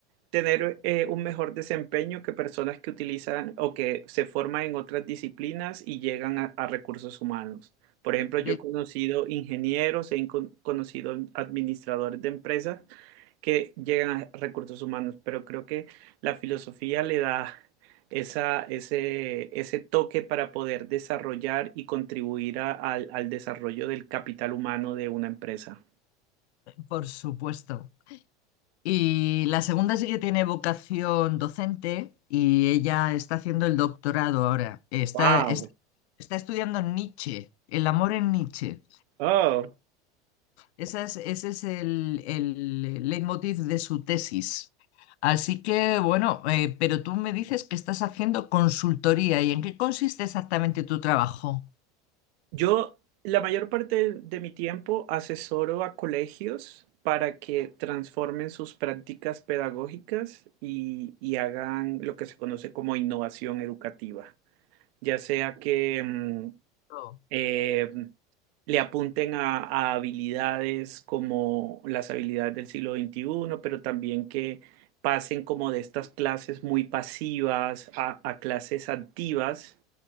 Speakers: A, on the right; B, on the left.
A: tener eh, un mejor desempeño que personas que utilizan o que se forman en otras disciplinas y llegan a, a recursos humanos. Por ejemplo,
B: de-
A: yo he conocido ingenieros, he incon- conocido administradores de empresas que llegan a recursos humanos, pero creo que la filosofía le da esa, ese, ese toque para poder desarrollar y contribuir a- al, al desarrollo del capital humano de una empresa.
B: por supuesto. Y la segunda sí que tiene vocación docente y ella está haciendo el doctorado ahora. Está,
A: Wow.
B: está, está estudiando Nietzsche, el amor en Nietzsche.
A: Oh,
B: Esa es- ese es el, el leitmotiv de su tesis. Así que, bueno, eh, pero tú me dices que estás haciendo consultoría y ¿en qué consiste exactamente tu trabajo?
A: Yo la mayor parte de, de mi tiempo asesoro a colegios para que transformen sus prácticas pedagógicas y, y hagan lo que se conoce como innovación educativa, ya sea que mm,
B: Oh,
A: eh, le apunten a, a habilidades como las habilidades del siglo XXI, pero también que pasen como de estas clases muy pasivas a, a clases activas